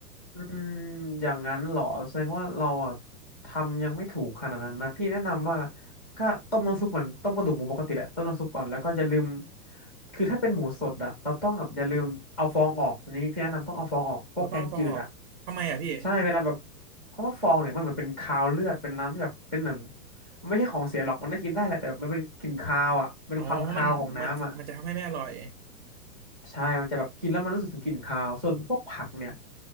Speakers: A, in the centre; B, on the right.
A: อืมอย่างนั้นเหรอแสดงว่าเราอ่ะทำยังไม่ถูกขนาดนั้นนะพี่แนะนำว่าก็ต้มน้ำซุปเหมือนต้มกระดูกหมูปกติแหละต้มน้ำซุปก่อนแล้วก็อย่าลืมคือถ้าเป็นหมูสดอ่ะเราต้องแบบอย่าลืมเอาฟองออกอันนี้พี่แนะนำต้องเอาฟองออกพวกแกงจืดอ่ะ
B: เขาต้องเอาฟองออกทำไมอ่ะพี่
A: ใช่เวลาแบบเพราะว่าฟองเนี่ยมันเหมือนเป็นคาวเลือดเป็นน้ำที่แบบเป็นเหมือนมันไม่ใช่ของเสียหรอกมันได้กินได้แหละแต่แบบมันเป็นกลิ่นคาวอ่ะเป็นความคาวของน้ำอ่ะ
B: อ๋อมันมันมันจะทำให้ไม่อร่อย
A: ใช่มันจะแบบกินแล้วมันรู้สึกถึงกลิ่นคาวส่วนพวกผักเนี่ย